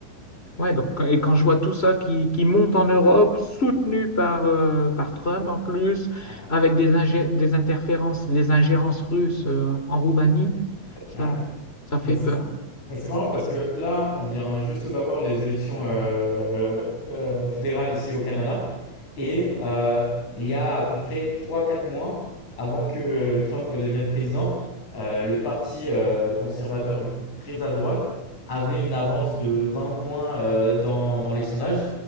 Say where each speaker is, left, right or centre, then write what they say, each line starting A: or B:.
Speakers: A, on the left (about 15°); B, on the left (about 50°).
A: Ouais, donc, et quand je vois tout ça qui, qui monte en Europe, soutenu par, euh, par Trump en plus,
B: Ouais.
A: avec des, ingé- des interférences, des ingérences russes, euh, en Roumanie, ça,
B: Ouais.
A: ça fait
B: Et c'est-
A: peur.
B: Et c'est marrant parce que là, on vient juste d'avoir les élections euh, euh, fédérales ici au Canada. Et euh, il y a à peu près trois quatre mois, avant que Trump devienne président, euh, le parti euh, conservateur, du coup très à droite, avait une avance de 20 points euh, dans, dans les sondages.